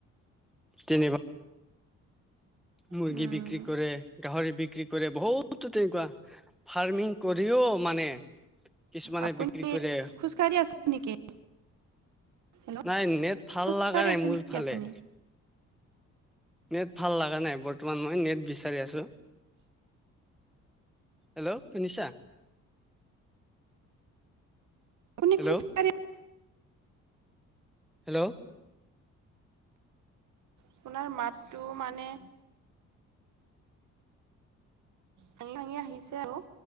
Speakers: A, in the centre; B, on the right.
A: যেনিবা মুৰ্গী
B: উম,
A: বিক্ৰী কৰে গাহৰি বিক্ৰী কৰে বহুতো তেনেকুৱা ফাৰ্মিং কৰিও মানে কিছুমানে
B: আপুনি
A: বিক্ৰী কৰে।
B: খোজকাঢ়ি আছে নেকি? হেল্ল'
A: নাই নেট ভাল
B: খোজকাঢ়ি
A: লগা নাই
B: আছে
A: মোৰ
B: নেকি
A: ফালে।
B: আপুনি?
A: নেট ভাল লগা নাই বৰ্তমান মই নেট বিচাৰি আছোঁ। হেল্ল', শুনিছা?
B: আপুনি
A: হেল্ল'
B: খুচকাৰে
A: হেল্ল'?
B: আপোনাৰ মাতটো মানে ভাঙি-ভাঙি আহিছে আৰু।